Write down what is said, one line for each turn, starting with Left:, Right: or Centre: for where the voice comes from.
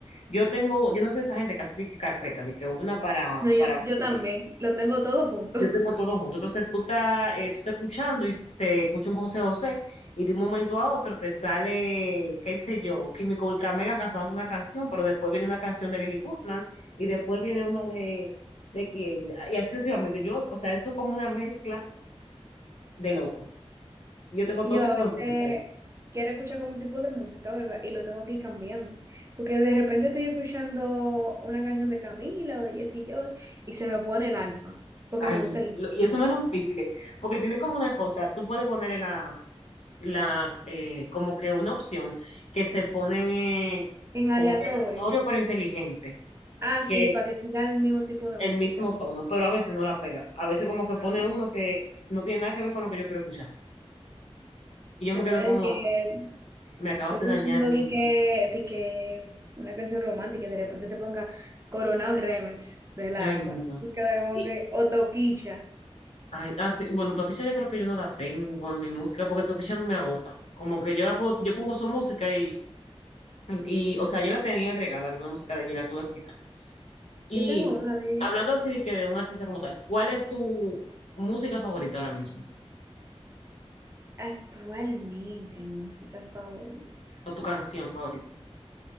Left: Yo tengo, yo no soy esa gente que hace de que carpeta, de que una para,
Right: No, yo,
Left: para música.
Right: yo también, lo tengo todo junto.
Left: Yo tengo todo junto. Entonces tú estás, eh, tú estás escuchando y te escucha un José José y de un momento a otro te sale, qué sé yo, Químico Ultra Mega cantando una canción, pero después viene una canción de Lily Goodman y después viene una de, de quién. Y así sucesivamente. Yo, o sea, eso es como una mezcla de loco. Yo tengo
Right: Yo
Left: todo tipo
Right: a veces
Left: de música ahí.
Right: quiero escuchar como un tipo de música, ¿verdad? Y lo tengo que ir cambiando. Porque de repente estoy escuchando una canción de Camila o de Jessie Joy y se me pone el alfa. Porque
Left: Ay,
Right: me gusta el
Left: lo- y eso me da un pique, porque tiene como una cosa, tú puedes poner la, la eh, como que una opción que se pone
Right: en aleatorio.
Left: como que aleatorio pero inteligente,
Right: Ah,
Left: que
Right: sí, para que siga el mismo tipo de
Left: el
Right: música.
Left: mismo tono, pero a veces no la pega. A veces como que
Right: No.
Left: pone uno que no tiene nada que ver con lo que yo quiero escuchar. Y yo
Right: Te
Left: me
Right: pone
Left: quedo como,
Right: de que
Left: me acabas
Right: estoy
Left: de
Right: escuchando
Left: dañar mi...
Right: de que, de que una canción romántica y de repente te ponga Coronado Remix del
Left: Ay,
Right: alfa.
Left: no.
Right: Y Te queda como
Left: Y,
Right: que, o Toquicha.
Left: ay, ah, sí, bueno, Toquilla yo creo que yo no la tengo en mi música, porque Toquilla me agota. Como que yo la puedo, yo pongo su música y Y, o sea, yo la tenía agregada, alguna música de allí la tuve que quitar. Y
Right: Yo tengo una de ellas.
Left: hablando así de que de un artista como tal, ¿cuál es tu música favorita ahora mismo?
Right: Actualmente, mi música favorita.
Left: ¿O tu canción favorita?